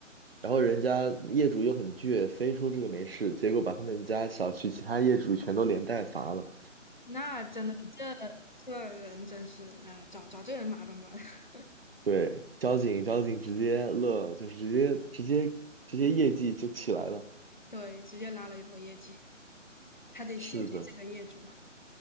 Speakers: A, on the right; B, on the left.
A: 然后人家业主又很倔，非说这个没事，结果把他们家小区其他业主全都连带罚了。
B: 那真的，这这人真是啊，找找这人麻烦吧。<laughs>
A: 对，交警交警直接乐了，就是直接直接直接业绩就起来了。
B: 对，直接拉了一波业绩，他得谢谢这个业主。
A: 是的，